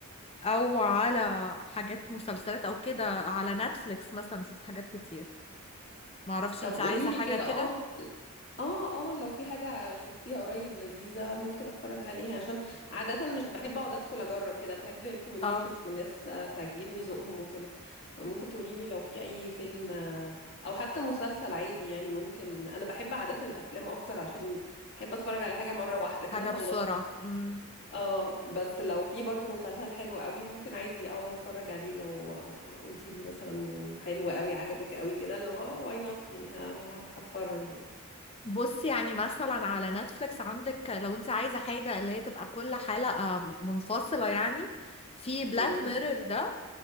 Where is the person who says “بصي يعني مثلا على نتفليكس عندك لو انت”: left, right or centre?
Left